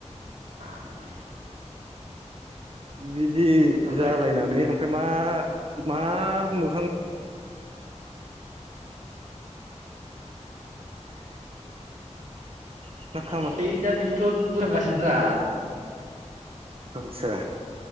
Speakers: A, on the right; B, on the right.
A: फाग्लासो
B: बिदाफंबाइ दि
A: ओमफ्राय
B: जालायनानै ओ ओमफ्राय मा मा मोखां <unintelligible> खामानि
A: ओइ दा बे औथ' बुंहांगासिनो दा
B: आदसा।